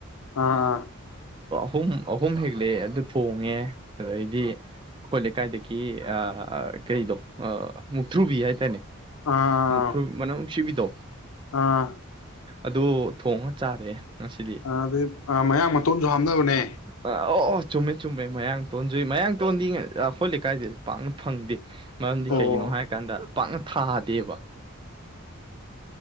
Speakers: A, on the left (about 80°); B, on the right (about 20°).
A: ꯑꯥ ꯑꯥ
B: ꯑꯍꯨꯝ ꯑꯍꯨꯝ ꯍꯦꯛꯂꯛꯑꯦ ꯑꯗꯨ ꯊꯣꯡꯉꯦ ꯑꯗꯨꯗꯩꯗꯤ ꯑꯩꯈꯣꯏ ꯂꯩꯀꯥꯏꯗꯒꯤ ꯀꯩꯗꯣ ꯃꯨꯛꯇ꯭ꯔꯨꯕꯤ ꯍꯥꯏꯇꯥꯔꯅꯦ
A: ꯑꯥ
B: ꯃꯊ
A: ꯑꯥ
B: ꯃꯅ ꯁꯤꯕꯤꯗꯣ
A: ꯑꯥ
B: ꯑꯗꯣ ꯊꯣꯡꯉ ꯆꯥꯔꯦ ꯉꯁꯤꯗꯤ
A: ꯑ ꯑꯗꯨꯩ ꯃꯌꯥꯡ ꯃꯇꯣꯟꯁꯨ ꯍꯥꯞꯅꯕꯅꯦ
B: ꯑꯥ ꯑꯣ ꯑꯣ ꯆꯨꯝꯃꯦ ꯆꯨꯝꯃꯦ ꯃꯌꯥꯡ ꯇꯣꯟꯖꯨꯏ ꯃꯌꯥꯡ ꯇꯣꯟꯗꯤꯉꯦ ꯑꯩꯈꯣꯏ ꯂꯩꯀꯥꯏꯁꯤꯗꯤ ꯄꯥꯛꯅ ꯐꯪꯗꯦ ꯃꯔꯝꯗꯤ
A: ꯑꯣ
B: ꯀꯩꯒꯤꯅꯣ ꯍꯥꯏꯔꯀꯥꯟꯗ ꯄꯥꯛꯅ ꯊꯥꯗꯦꯕ